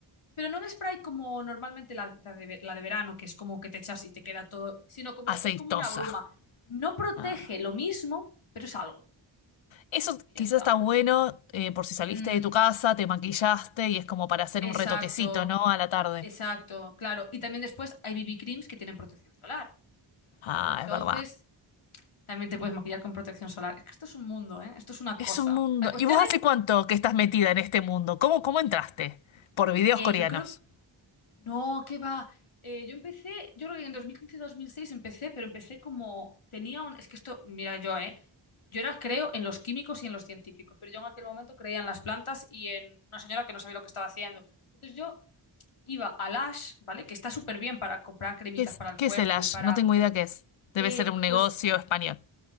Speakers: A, on the left (about 85°); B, on the left (about 70°).
A: pero no en spray como normalmente la, la de, la de verano, que es como que te echas y te queda todo, sino como
B: aceitosa.
A: es como una bruma. No protege
B: Ah.
A: lo mismo, pero es algo.
B: Eso
A: Y
B: quizás
A: ya está.
B: está bueno eh, por si saliste
A: Mm,
B: de tu casa, te maquillaste y es como para hacer
A: exacto,
B: un retoquecito, ¿no? A la tarde.
A: exacto, claro. Y también después hay BB creams que tienen protección solar.
B: Ah,
A: Entonces...
B: es verdad.
A: También te puedes maquillar con protección solar. Es que esto es un mundo, ¿eh? Esto es una
B: Es
A: cosa.
B: un mundo.
A: La cuestión
B: ¿Y vos hace
A: es,
B: cuánto que estás metida en este mundo? ¿Cómo, cómo entraste? Por videos
A: eh,
B: coreanos.
A: yo creo, no, ¿qué va? Eh, yo empecé, yo creo que en 2015-2006 empecé, pero empecé como, tenía un, es que esto, mira yo, ¿eh? Yo era, creo, en los químicos y en los científicos, pero yo en aquel momento creía en las plantas y en una señora que no sabía lo que estaba haciendo. Entonces yo iba a Lash, ¿vale? Que está súper bien para comprar cremitas
B: ¿Qué es,
A: para el
B: qué
A: cuerpo
B: es el Ash?
A: y para...
B: No tengo idea qué es. Debe
A: eh,
B: ser un negocio
A: pues
B: español.